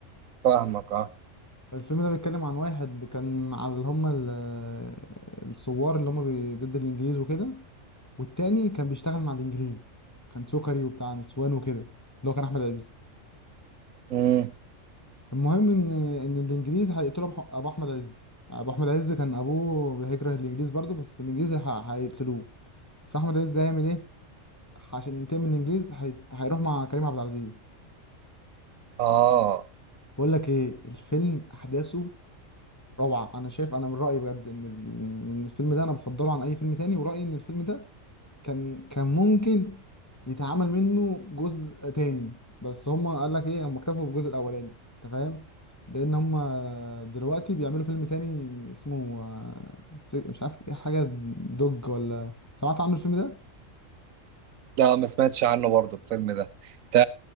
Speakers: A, on the right (about 85°); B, on the left (about 15°).
A: فاهمك اه
B: الفيلم ده بيتكلم عن واحد كان مع اللي هم ال- آه، الثوار اللي هم بي- ضد الانجليز وكده والتاني كان بيشتغل مع الانجليز كان سكري وبتاع نسوان وكده اللي هو كان احمد عز
A: امم
B: المهم ان ان الانجليز هيقتلوا أبو- ابو احمد عز ابو احمد عز كان ابوه بيكره الانجليز برضه بس الانجليز ه- هيقتلوه فاحمد عز هيعمل ايه عشان ينتقم من الانجليز هي... هيروح مع كريم عبد العزيز
A: اه
B: بقول لك ايه الفيلم احداثه روعه انا شايف انا من رايي بجد ان ال- إن الفيلم ده انا بفضله عن اي فيلم تاني ورايي ان الفيلم ده كان كان ممكن يتعمل منه جزء تاني بس هما قال لك ايه هما اكتفوا بالجزء الاولاني انت فاهم لان هما دلوقتي بيعملوا فيلم تاني اسمه آه، س- مش عارف ايه حاجه دوج ولا سمعت عنه الفيلم ده
A: لا ما سمعتش عنه برضه الفيلم ده انت